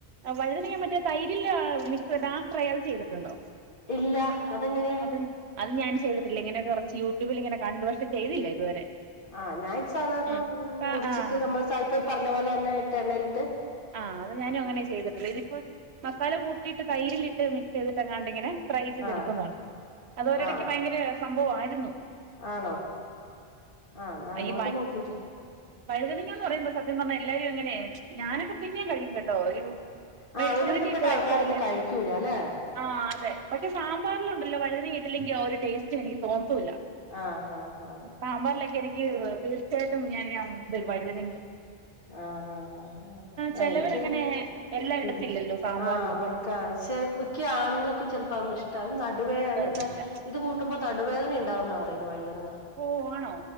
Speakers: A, on the right; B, on the left.
A: വഴുതനി ഞാൻ മ മറ്റേ തൈരില്ല <unintelligible> ആ ഫ്രൈ അത് ചെയ്തിട്ടുണ്ടോ
B: ഇല്ല അതെങ്ങനെയാ
A: അത് അത് <unintelligible> ഇങ്ങനെ കൊറച്ച് യൂട്യൂബിലിങ്ങനെ കണ്ട് പക്ഷെ ചെയ്തില്ല ഇതുവരെ
B: ആഹ് ഞാൻ ഇത് സാധാരണ
A: ഉം
B: മുറി ച്ചിട്ട്
A: ആഹ്
B: നമ്മള് സായിപ്പേ പറഞ്ഞ പോലെ തന്നെ ഇട്ട എണ്ണേലിട്ട്
A: ആഹ് അത് ഞാനും അങ്ങനെയാ ചെയ്തിട്ടുള്ളേ ഇതിപ്പോ മസാല കൂട്ടിയിട്ട് തൈരിലിട്ട് മി ചെയ്തിട്ടങ്ങാണ്ട് ഇങ്ങനെ ട്രൈ ചെയ്ത്
B: ആഹ്
A: എടുക്കുന്നൊണ്ട് അത് ഒരടിക്ക്
B: ആഹ്
A: ഭയങ്കര സംഭവം ആയിരുന്നു
B: ആണോ ആഹ് എന്നാ അങ്ങോട്ട്
A: ഈ
B: നോക്കീട്ട്
A: വഴുതനങ്ങ എന്ന് പറയുമ്പോ സത്യം പറഞ്ഞാ എല്ലാവരും എങ്ങനെ ഞാനൊക്ക പിന്നേം കഴിക്കും കേട്ടോ ഓരു മെഴുക്ക്
B: ആഹ് ഒരുവിധപ്പെട്ട
A: പുരട്ടിയൊക്കെ
B: ആൾക്കാരൊന്നും
A: വെച്ചാല്
B: കഴിക്കൂല അല്ലെ
A: ആഹ് അതെ പക്ഷെ സാമ്പറിലൊണ്ടല്ലോ വഴുത വീട്ടിലും <unintelligible> ഒരു ടേസ്റ്റ് എനിക്ക് തോന്നത്തൂല്ല
B: ആഹ് ആഹ് ആഹ്
A: പാമ്പാറിലൊക്കെ എനിക്ക് തീർച്ചയായിട്ടും ഞാൻ ഇനി അ ഇതെടു വഴുതനി ഇനി
B: ആഹ് ഹ ഹ മ്ഹ് ആഹ്
A: ചിലവരങ്ങനെ
B: എനിക്കിത്
A: എല്ലാം ഇടത്തില്ലല്ലോ
B: ഇടു
A: സാമ്പാറിലൊന്നും
B: ആഹ് അവർക്ക് <unintelligible> ആണുങ്ങക്കും ചെലപ്പോം അതൊന്നും ഇഷ്ടവ് ഈ ന അത് വേറെ
A: ഇഷ്ടല്ല
B: എന്താ ഇത് കൂട്ടു <unintelligible> നടുവേദന ഇണ്ടാവൂന്നാ പറയുന്നേ വഴുത ആഹ്
A: ഓ ആണോ